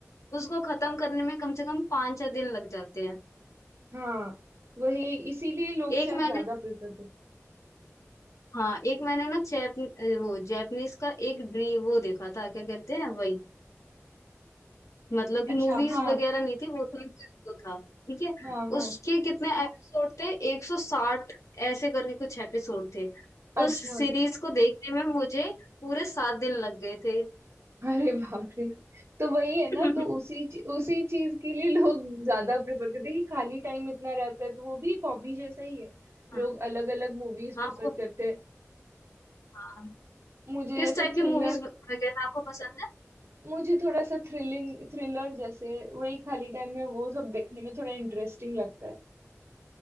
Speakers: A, on the left; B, on the right.
A: उसको खत्म करने में कम से कम पाँच छह दिन लग जाते हैं
B: हाँ वही इसीलिए लोग
A: एक
B: शायद
A: मैंने
B: ज्यादा प्रेफर करते
A: हाँ एक मैंने ना जैप वो जैपनीज का एक ड्री वो देखा था क्या कहते हैं वही मतलब कि
B: अच्छा
A: मूवीज
B: हाँ
A: वगैरह नहीं थी वो तो एक वो था ठीक है
B: हाँ हाँ
A: उसके कितने एपिसोड थे 160 ऐसे करके कुछ एपिसोड थे
B: अच्छा
A: उस सीरीज को देखने में मुझे पूरे सात दिन लग गए थे
B: अरे बाप रे तो वही है
A: <laughs>
B: ना तो उसी चीज- उसी चीज के लिए लोग ज्यादा प्रेफर करते हैं कि खाली टाइम इतना रहता है तो वो भी एक हॉबी जैसा ही है
A: हाँ
B: लोग अलग अलग मूवीज
A: हाँ
B: प्रेफर
A: वो
B: करते हैं
A: हाँ
B: मुझे
A: किस
B: जैसे
A: टाइप
B: थ्रिलर
A: की मूवीज वगैरह आपको पसंद है
B: मुझे थोड़ा सा थ्रिलिंग थ्रिलर जैसे वही खाली टाइम में वो सब देखने में थोड़ा इंटरेस्टिंग लगता है